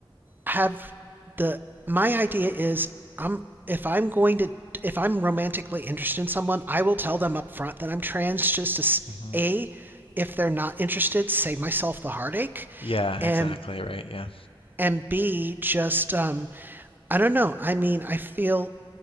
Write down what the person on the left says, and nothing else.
hmm
Yeah.
Exactly. Right. Yeah.